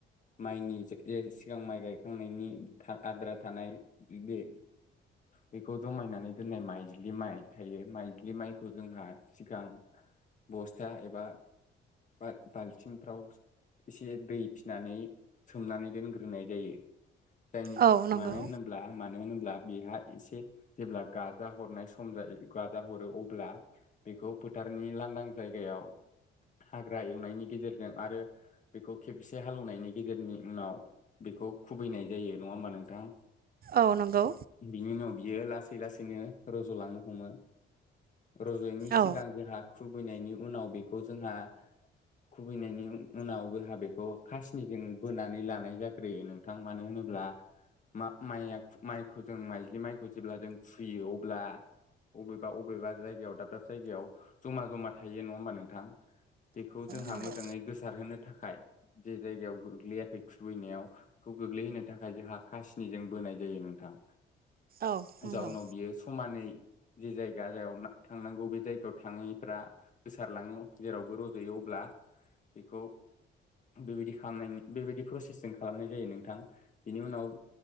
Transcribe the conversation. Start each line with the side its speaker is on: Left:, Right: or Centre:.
Left: माइनि जे सिगां माइ गायखांनायनि आद्रा थानाय बे बेखौ जमाय गायनानै दोन्नाय माइज्लि माइ थायो माइज्लि माइखौ जोंहा सिगां बस्था एबा बाल-बाल्थिंफ्राव एसे दै फिनानै सोमनानै दोनग्रोनाय जायो जाय
Right: औ नंगौ
Left: मानो होनोब्ला मा मानो होनोब्ला बेहा एसे जेब्ला गाजा हरनाय सम जायो गाजा हरो अब्ला बेखौ फोथारनि लांदां जायगायाव हाग्रा एवनायनि गेजेरजों आरो बेखौ खेबसे हालेवनायनि गेजेरनि उनाव बेखौ खुबैनाय जायो नङा होमबा नोंथां
Right: औ नंगौ
Left: बिनि उनाव बियो लासै लासैनो रज'लांनो हमो रज'यैनि सिगां
Right: औ
Left: जोंहा खुबैनायनि उनाव बेखौ जोंहा खुबैनायनि उनाव जोंहा बेखौ खासिनिजों बोनानै लानाय जाख्रियो नोंथां मानो होनोब्ला मा माइआ माइखौ जों माइज्लि माइखौ जेब्ला जों खुयो अब्ला अबेबा अबेबा जायगायाव दाब दाब जायगायाव जमा जमा थायो नङा हबा नोंथां बेखौ जोंहा
Right: नंगौ
Left: मोजाङै गोसारहोनो थाखाय जे जायगायाव गोग्लैयाखै खुबैनायाव बेखौ गोग्लैहोनो थाखाय जोंहा खासिनिजों बोनाय जायो नोंथां
Right: औ नंगौ
Left: जाउनाव बियो समानै जे जायगा जा थांनांगौ बे जायगायाव थाङैफोरा गोसारलाङो जेरावबो रज'यो अब्ला बेखौ बेबायदि खालामनायनि बेबायदि प्रसेसजों खालामनाय जायो नोंथां बेनि उनाव